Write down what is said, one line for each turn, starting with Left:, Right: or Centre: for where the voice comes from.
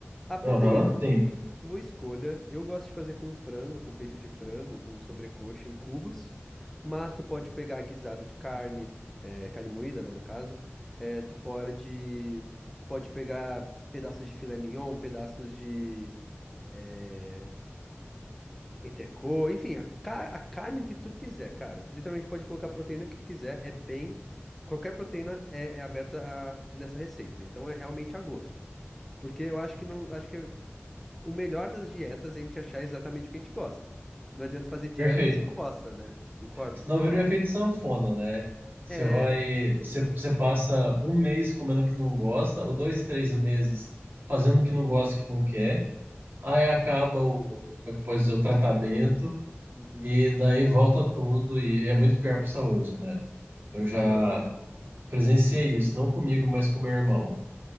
Centre: a proteína.
Right: Aham, sim.
Centre: Tua escolha. Eu gosto de fazer com frango, com peito de frango, com sobrecoxa em cubos, mas tu pode pegar guisado de carne, eh, carne moída, né, no caso. Eh, tu pode, tu pode pegar pedaços de filé mignon, pedaços de eh, entrecô, enfim, a, ca- a carne que tu quiser, cara. Tu literalmente pode colocar a proteína que tu quiser. É bem, qualquer proteína é, é aberta a- nessa receita. Então é realmente a gosto, porque eu acho que não, acho que o melhor das dietas é a gente achar exatamente o que a gente gosta. Não adianta fazer dieta
Right: Perfeito.
Centre: se não gosta, né? Concordo?
Right: Senão vira um efeito sanfona, né? Você
Centre: É.
Right: vai, você, você passa um mês comendo o que não gosta, ou dois, três meses fazendo o que não gosta, o que não quer. Aí acaba o, o- como é que pode dizer, o tratamento,
Centre: Uhum.
Right: e daí volta tudo, e é muito pior para a saúde, né? Eu já,
Centre: Não, é.
Right: presenciei isso, não comigo, mas com meu irmão.